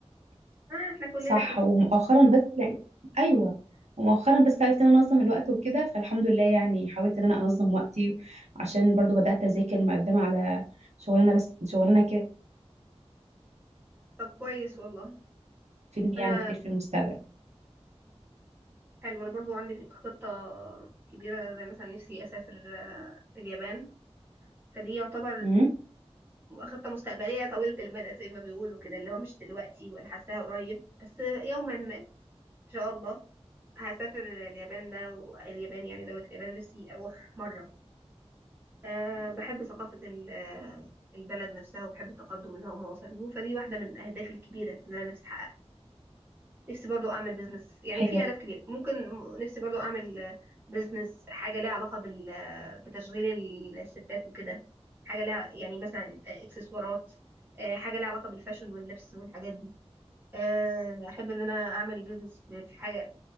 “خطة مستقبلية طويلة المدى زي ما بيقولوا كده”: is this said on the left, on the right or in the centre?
Right